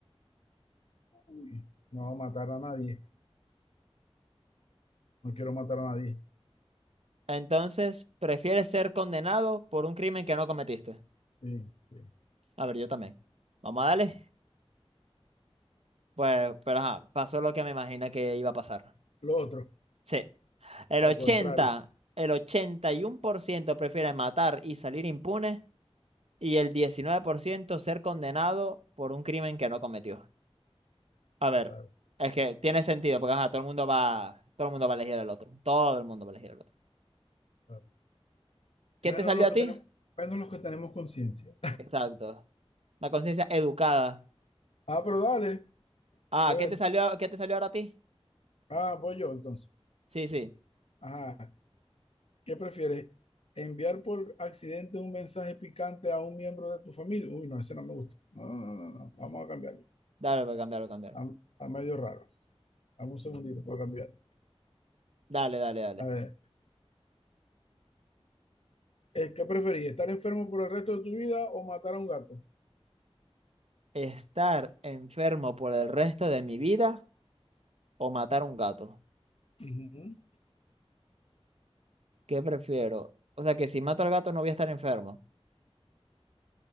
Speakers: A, on the left; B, on the right.
A: Uy, no matar a nadie. No quiero matar a nadie.
B: Entonces, ¿prefieres ser condenado por un crimen que no cometiste?
A: Sí, sí.
B: A ver, yo también. Vamos a darle. Pues, pero ajá, pasó lo que me imagina que iba a pasar.
A: Lo otro,
B: Sí. El
A: lo
B: 80,
A: contrario.
B: el 81% prefiere matar y salir impune y el 19% ser condenado por un crimen que no cometió. A ver,
A: Claro,
B: es que tiene sentido porque ajá, todo el mundo va, todo el mundo va a elegir al otro. Todo el mundo va a elegir al otro.
A: claro.
B: ¿Qué
A: Menos
B: te salió
A: lo
B: a
A: que
B: ti?
A: tenemos, menos los que tenemos conciencia.
B: Exacto. La conciencia educada.
A: Ah, pero dale.
B: Ah,
A: A ver.
B: ¿qué te salió, qué te salió ahora a ti?
A: Ah, voy yo entonces.
B: Sí, sí.
A: Ajá. ¿Qué prefieres? ¿Enviar por accidente un mensaje picante a un miembro de tu familia? Uy, no, ese no me gusta. No, no, no, no. no. Vamos a cambiarlo.
B: Dale, voy a cambiarlo, cambiarlo.
A: Está, está medio raro. Dame un segundito para cambiarlo.
B: Dale, dale, dale.
A: A ver. ¿eh, ¿Qué preferís? ¿Estar enfermo por el resto de tu vida o matar a un gato?
B: ¿Estar enfermo por el resto de mi vida o matar un gato?
A: Ujú.
B: ¿Qué prefiero? O sea, que si mato al gato no voy a estar enfermo.